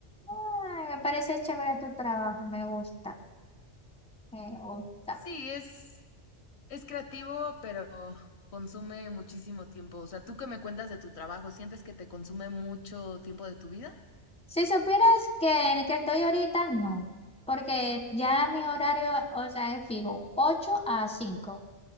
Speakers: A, in the centre; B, on the left (about 65°).
A: Ah, me parece chévere tu trabajo, me gusta. Me gusta.
B: Sí, es... Es creativo, pero consume muchísimo tiempo. O sea, ¿tú qué me cuentas de tu trabajo? ¿Sientes que te consume mucho tiempo de tu vida?
A: Si supieras que en el que estoy ahorita, no, porque ya mi horario, o sea, es fijo, 8 a 5,